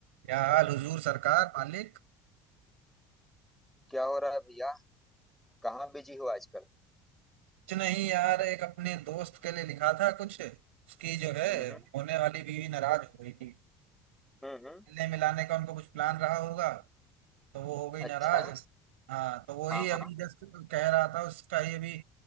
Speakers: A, on the right (about 85°); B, in the centre.
A: क्या हाल हुजूर सरकार मालिक
B: क्या हो रहा है भैया कहाँ बिजी हो आजकल
A: कुछ नहीं यार एक अपने दोस्त के लिए लिखा था कुछ उसकी जो है
B: हम्म हम्म
A: होने वाली बीवी नाराज हो गई थी
B: हम्म हम्म
A: मिलने मिलाने का उनको कुछ प्लान रहा होगा तो वो हो गई नाराज
B: अच्छा
A: अच्छा हाँ तो वही
B: हाँ हाँ
A: अभी जस्ट कह रहा था उसका ही अभी